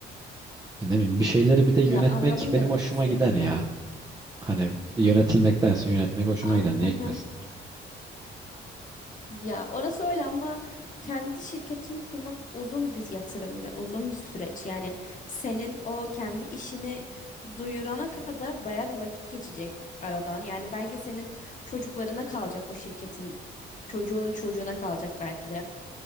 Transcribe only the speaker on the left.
Ya anladım
demek
istediğini.
Ah,
<laughs>
Ya orası öyle ama kendi şirketini kurmak uzun bir yatırım ve uzun bir süreç. Yani senin o kendi işini duyurana kadar baya bir vakit geçecek aradan. Yani belki senin çocuklarına kalacak o şirketin, çocuğunun çocuğuna kalacak belki de